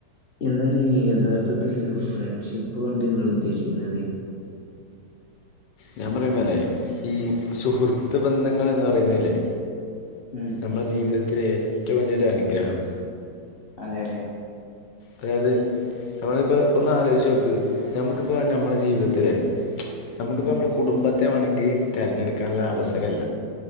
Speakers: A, on the left; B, on the left.
A: എന്താണ് യഥാർത്ഥത്തിലൊരു ഫ്രണ്ട്ഷിപ്പ് കൊണ്ട് നിങ്ങൾ ഉദ്ദേശിക്കണത്
B: ഞാൻ പറയുമ്പല്ലെ ഈ സുഹൃത്ത് ബന്ധങ്ങൾ എന്ന് പറയുന്നെല്ലേ
A: ഉം
B: നമ്മള ജീവിതത്തിലെ ഏറ്റോം വല്യൊരു അനുഗ്രഹാണ്.
A: അതെ അതെ
B: അതായത് നമ്മളിപ്പ ഒന്ന് ആലോചിച്ച് നോക്ക് ഞമ്മക്കിപ്പോ ഞമ്മള ജീവിതത്തിലെ നമ്മക്കിപ്പോ
A: ഉം
B: നമ്മള കുടുംബത്തെ വേണെങ്കി തെരഞ്ഞെടുക്കാനുള്ള അവസരല്ല.